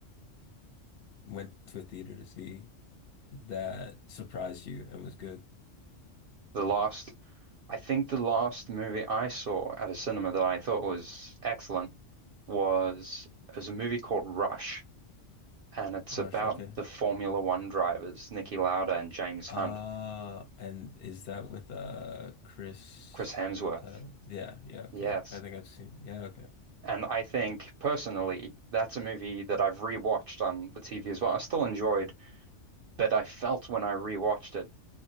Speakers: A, on the left; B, on the right.
A: Went to a theater to see that surprised you and was good.
B: The last I think the last movie I saw at a cinema that I thought was excellent was is a movie called Rush, and it's
A: Rush,
B: about
A: okay.
B: the Formula One drivers, Niki Lauda and James
A: Uh
B: Hunt,
A: and is that with uh Chris
B: Chris Hemsworth.
A: uh yeah, yeah, okay.
B: Yes.
A: I think I've seen yeah, okay.
B: And I think personally, that's a movie that I've rewatched on the TV as well. I still enjoyed, but I felt when I rewatched it